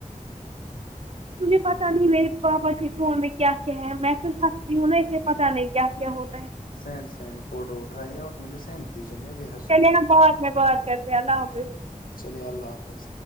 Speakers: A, on the right (about 45°); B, on the left (about 80°).
A: تجھے پتا نہیں میر پپا کس ہو میں <unintelligible> کیا کیا ہے میں پھر ہنستی ہوں نا اسے پتاہ نہیں کیا کیا ہوتا ہے
B: سینڈ سینڈ فوٹو اٹھائیے اور مجھے سینڈ کیجیے میں ب ح
A: چلیے ہم بہت میں بہات کرتے اللہ حافظ
B: چلیے اللہ حافظ